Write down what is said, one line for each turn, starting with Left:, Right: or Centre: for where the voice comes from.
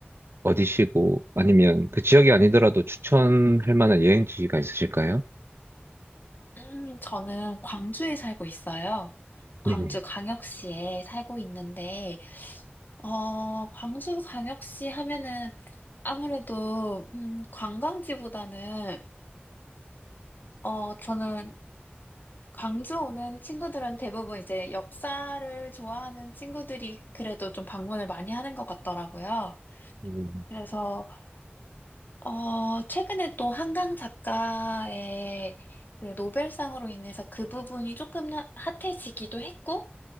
Right: 어디시고 아니면 그 지역이 아니더라도 추천할 만한 여행지가 있으실까요?
Left: 음, 저는 광주에 살고 있어요. 광주
Right: 네네.
Left: 광역시에 살고 있는데, 어, 광주광역시 하면은 아무래도, 음, 관광지보다는, 어, 저는 광주 오는 친구들은 대부분 이제 역사를 좋아하는 친구들이 그래도 좀 방문을 많이 하는 것 같더라고요.
Right: 음,
Left: 그래서, 어, 최근에 또 한강 작가의 그 노벨상으로 인해서 그 부분이 조금 핫해지기도 했고,